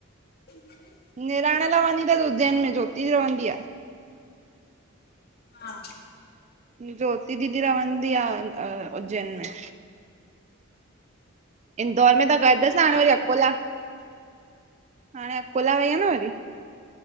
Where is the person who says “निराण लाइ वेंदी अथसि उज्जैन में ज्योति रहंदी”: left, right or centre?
Right